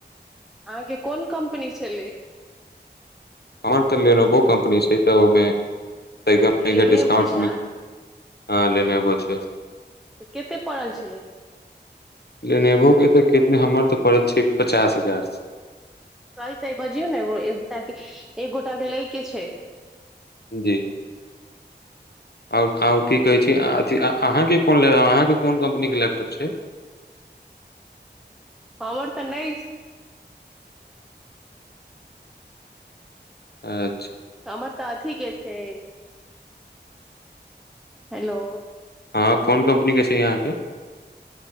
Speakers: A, in the centre; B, on the left (about 65°).
A: अहाँके कोन कम्पनी छलै
B: हमर तऽ लेनोवो कम्पनी छै तऽ ओहिमे
A: लेनेवो
B: डिस्काउंट
A: छै
B: हँ लेनेबो छै
A: तऽ कतेक पड़ल छलैय
B: लेनेबो के तऽ कितमे हमर तऽ पड़ल छै पचास हजार
A: सही सही बजियौ ने एकटा के एक गोटा के लै के छै
B: जी आओर आओर की कहै छै अ अहाँके के अहाँके कोनलेब कोन कम्पनीक के लैपटॉप छै
A: हमर तऽ नहि
B: एं
A: हमर तऽ अथी के छै हेलो
B: हँ कोन कम्पनी के छै अहाँ कऽ